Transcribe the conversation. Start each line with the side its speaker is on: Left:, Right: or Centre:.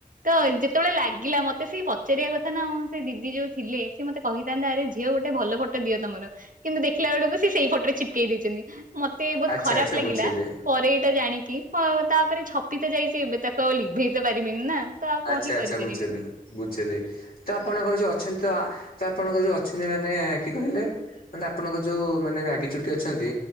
Right: ତ ଯେତେବେଳେ ଲାଗିଲା ମୋତେ ସେଇ ପ ପଚାରିବା କଥା ନାଁ ଆଉ। ସେ ଦିଦି ଯୋଉଁ ଥିଲେ ସେ ମୋତେ କହିଥାନ୍ତେ ଆରେ ଝିଅ ଗୋଟେ ଭଲ ଫଟୋ ଦିଅ ତମର। କିନ୍ତୁ ଦେଖିଲା ବେଳକୁ ସେ ସେଇ ଫଟୋରେ ଚିପକେଇ ଦେଇଛନ୍ତି ମତେ ବହୁତ
Left: ଆଚ୍ଛା
Right: ଖରାପ
Left: ଆଚ୍ଛା
Right: ଲାଗିଲା
Left: ବୁଝିଲି।
Right: ପରେ ଏଇଟା ଜାଣିକି ହଁ ତାପରେ ଛପି ତ ଯାଇଛି ଏବେ ତାକୁ ଆଉ ଲିଭେଇ ତ ପାରିବିନି ନା ତ ଆଉ କଣ
Left: ଆଚ୍ଛା
Right: ହିଁ କରିପାରିବି
Left: ଆଚ୍ଛା ବୁଝିଲି ବୁଝିଲି ତ ଆପଣଙ୍କର ଯୋଉ ଅଛନ୍ତି ତ ଆପଣଙ୍କର ଯୋଉ ଅଛନ୍ତି ମାନେ କିଏ କହିଲେ ମାନେ ଆପଣଙ୍କ ଯୋଉ ମାନେ ମ୍ୟାଗିଚୁଟି ଅଛନ୍ତି।